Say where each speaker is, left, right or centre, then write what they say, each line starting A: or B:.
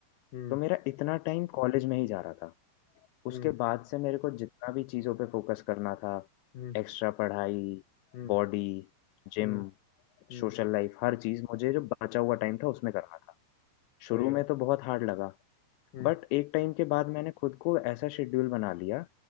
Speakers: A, on the left; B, on the left.
A: हम्म
B: तो मेरा इतना टाइम कॉलेज में ही जा रहा था उसके
A: हम्म
B: बाद से मेरे को जितना भी चीज़ों पे फोकस करना था
A: हम्म
B: एक्स्ट्रा पढ़ाई
A: हम्म
B: बॉडी जिम
A: हम्म हम्म
B: सोशल लाइफ हर चीज़ मुझे जो बचा हुआ टाइम था उसमें करना था शुरू
A: सही है
B: में तो बहुत हार्ड लगा
A: हम्म
B: बट एक टाइम के बाद मैंने खुद को ऐसा शेड्यूल बना लिया